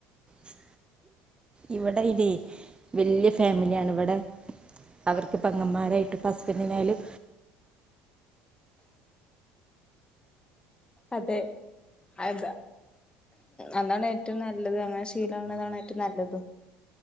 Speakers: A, on the right; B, on the left.
A: ഹ് ഇവെടെ ഇതെ വെല്യ ഫാമില്യാണ് ഇവ്ടെ അവർക്ക് പെങ്ങന്മാരായിട്ട് ഇപ്പൊ ഹസ്ബന്റിനായ്ലും
B: അതെ. അതാ. അതാണേറ്റവും നല്ലത് അങ്ങനെ ശീലാവ്ണതാണേറ്റവും നല്ലതും